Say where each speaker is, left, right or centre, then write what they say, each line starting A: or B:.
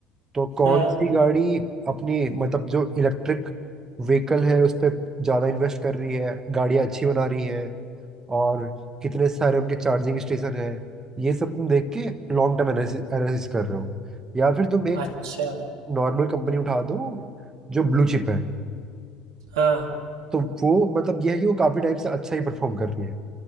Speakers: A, on the right (about 25°); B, on the right (about 70°).
A: तो कौन
B: हाँ
A: सी गाड़ी अपनी मतलब जो इलेक्ट्रिक व्हीकल है उस पर ज़्यादा इन्वेस्ट कर रही है गाड़ियाँ अच्छी बना रही है और कितने सारे उनके चार्जिंग स्टेशन है ये सब तुम देख के लॉन्ग टर्म एनालिसिस एनालिसिस कर रहे हो या फिर तुम एक
B: अच्छा
A: नॉर्मल कंपनी उठा दो जो ब्लू चिप है
B: हाँ
A: तो वो मतलब यह है कि वो काफ़ी टाइम से अच्छा ही परफॉर्म कर रही है